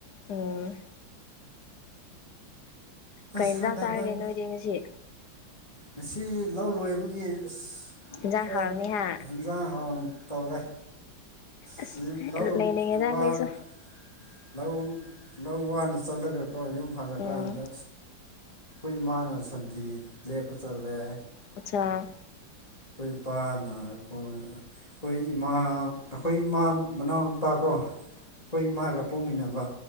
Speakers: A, on the left; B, on the left.
A: ꯑꯣ
B: ꯑꯁ
A: ꯀꯩ ꯏꯟꯖꯥꯡ
B: ꯈꯪꯗꯦ
A: ꯆꯥꯔꯒꯦ
B: ꯅꯪ
A: ꯅꯣꯏꯗꯤ ꯉꯁꯤ
B: ꯉꯁꯤ ꯂꯧ ꯂꯣꯏꯕꯒꯤ ꯑꯁ
A: ꯏꯟꯖꯥꯡ
B: ꯈꯔ
A: ꯍꯥꯎꯔꯝꯅꯤ ꯍꯥ
B: ꯍꯦꯟꯖꯥꯡ ꯍꯥꯎꯅꯥ ꯇꯧꯔꯦ
A: ꯑꯁ
B: ꯁꯤ ꯂꯧ
A: ꯂꯩꯅꯤꯡꯉꯦꯗ
B: ꯋꯥꯅ
A: ꯑꯩꯈꯣꯏꯁꯨ
B: ꯂꯧ ꯂꯧ ꯋꯥꯅ ꯆꯠꯂꯒꯀꯣ ꯌꯨꯝ ꯍꯜꯂ
A: ꯎꯝ
B: ꯀꯥꯟꯗ ꯑꯩꯈꯣꯏ ꯏꯃꯥꯅ ꯁꯟꯊꯤ ꯂꯦꯞꯄ ꯆꯠꯂꯦ
A: ꯑꯆꯥ
B: ꯑꯩꯈꯣꯒꯤ ꯏꯄꯥꯅ ꯑꯩꯈꯣꯏ ꯑꯩꯈꯣꯏ ꯏꯃꯥ ꯑꯩꯈꯣꯏ ꯏꯃꯥ ꯃꯅꯥꯎꯅꯨꯄꯥ ꯀꯣ ꯑꯩꯈꯣꯏ ꯏꯃꯥꯒ ꯄꯣꯛꯃꯤꯟꯅꯕ